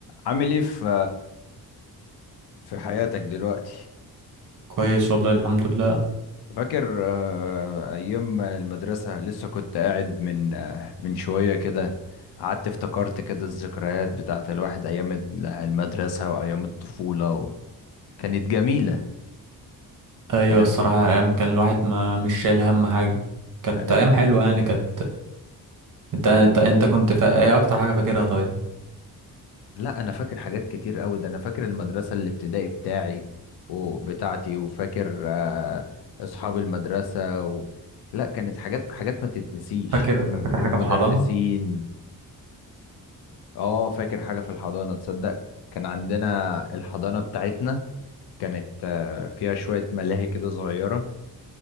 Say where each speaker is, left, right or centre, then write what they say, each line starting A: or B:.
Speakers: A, on the left (about 80°); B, on the right (about 55°).
A: عامل ايه في في حياتك دلوقتي
B: كويس والله الحمد لله
A: فاكر آه، ايام المدرسة لسه كنت قاعد من آه، من شوية كده قعدت افتكرت كده الذكريات بتاعة الواحد ايام ال- المدرسة وايام الطفولة و... كانت جميلة
B: ايوه
A: كانت
B: الصراحه ايام كان الواحد ما مش شايل هم حاجه كانت
A: كانت
B: ايام حلوه يعني كانت انت
A: كانت
B: انت انت كنت فا... ايه اكتر حاجه فاكرها طيب
A: لا انا فاكر حاجات كتير قوي ده انا فاكر المدرسه الابتدائي بتاعي وبتاعتي وفاكر آه، اصحاب المدرسه و... لا كانت حاجات حاجات ما تتنسيش
B: فاكر
A: والم...
B: فاكر
A: والمدرسين
B: حاجه في الحضانه
A: اه فاكر حاجه في الحضانه تصدق كان عندنا الحضانه بتاعتنا كانت آه، فيها شويه ملاهي كده صغيره